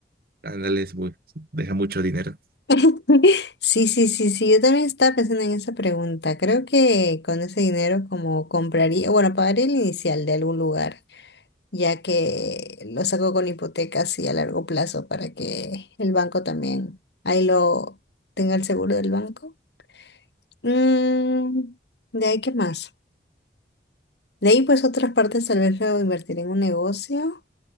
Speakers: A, on the right (about 55°); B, on the left (about 75°).
A: Ándale, es muy, deja mucho dinero.
B: <laughs> Sí, sí, sí, sí, yo también estaba pensando en esa pregunta. Creo que con ese dinero como compraría, bueno, pagaría el inicial de algún lugar, ya que lo saco con hipotecas y a largo plazo para que el banco también ahí lo tenga el seguro del banco. Mm, de ahí, ¿qué más? De ahí, pues otras partes tal vez lo invertiré en un negocio.